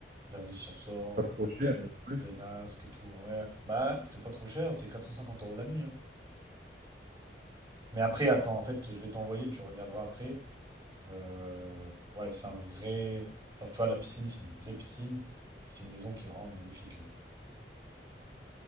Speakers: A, on the right; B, on the right.
A: Vers l'île-sur-Sorge,
B: Pas trop cher, euh, ouais.
A: Vénasque et tout. Ouais, bah, c'est pas trop cher. C'est 450 euros la nuit. hein. Mais après, attends, en fait, je vais t'envoyer. Tu regarderas après. Euh, ouais, c'est un vrai. Genre, tu vois, la piscine, c'est une vraie piscine. Et c'est une maison qui est vraiment magnifique. hein.